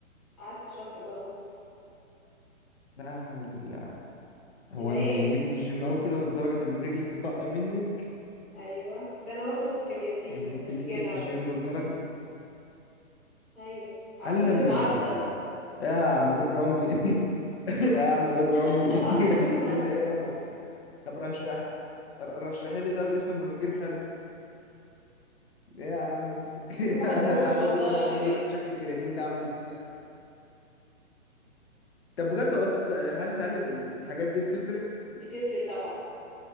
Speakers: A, in the centre; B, on the left (about 50°).
A: قعدت شهر بقى ونص
B: لا حول الله هو
A: العين
B: انت ليكي في الجيم قوي كده لدرجه ان رجلك تطق منك
A: ايوه ده انا باخد كرياتين
B: يعني
A: ومسكنر
B: انت ليكي في الجيم لدرجه
A: ايوه عبود
B: لا لا
A: المعضل
B: لا لا لا لا. يا عم بيج رامي <laughs> يا عم بيج رامي
A: <laughs> عبود
B: <laughs>
A: المعضل
B: سبت لنا ايه يابا طب رشح رشحي لي طب اسم منوكير حلو ايه يا عم انت <laughs>
A: ما بحبوش
B: انا لحد
A: والله
B: دلوقتي عمري ما شفت شكل الكرياتين ده عامل ازاي طب بجد والله بت- هل هل ال- ال- الحاجات دي بتفرق
A: <laughs> بتفرق طبعا